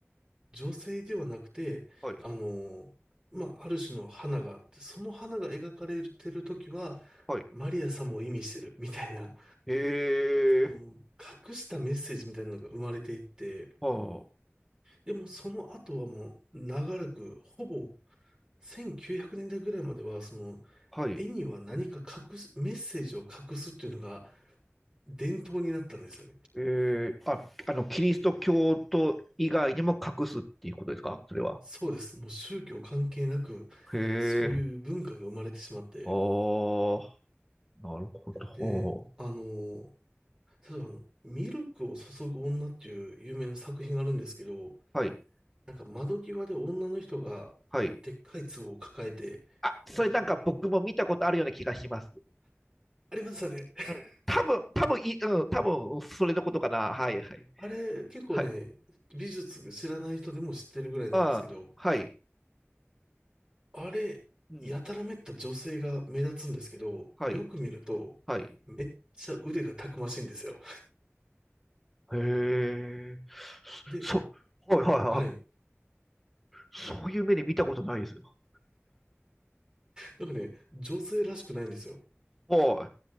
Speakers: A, on the right; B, in the centre.
A: 女性ではなくて、
B: はい、
A: あの、まあ、ある種の花があって、その花が描かれてる時は、
B: はい。
A: マリア様を意味してるみたいな、
B: え
A: その隠したメッセージみたいなのが生まれていって、
B: はあ、
A: でもその後はもう長らく、ほぼ
B: うん
A: 1900年代ぐらいまでは、その
B: はい。
A: 絵には何か隠す、メッセージを隠すっていうのが伝統になったんですよね。
B: えー、あ、あの、キリスト教徒以外にも隠すっていうことですかそれは。
A: そうです。もう宗教関係なく、
B: へ
A: そういう文化が生まれてしまって、
B: え、ああ、なるほど。
A: で、あの、例えばあの、ミルクを注ぐ女っていう有名な作品があるんですけど、
B: はい、
A: なんか窓際で女の人がでっかい壺を抱えて、
B: はい。あ、それなんか僕も見たことあるような気がします。
A: 牛乳、ありましたね。<laughs>
B: うん、多分、多分い、うん、多分、それのことかな。はい、はい。
A: あれ、結構ね、
B: はい。
A: 美術知らない人でも知ってるぐらいなんですけど、
B: ああ、はい。
A: あれ、
B: うん、
A: やたらめった女性が目立つんですけど、
B: はい、
A: よく見ると、
B: はい。
A: めっちゃ腕がたくましいんですよ。
B: へえ。
A: で、
B: そ、はいはいはい。
A: はい。
B: そういう目で見たことないですよ。
A: なんかね、女性らしくないんですよ。
B: は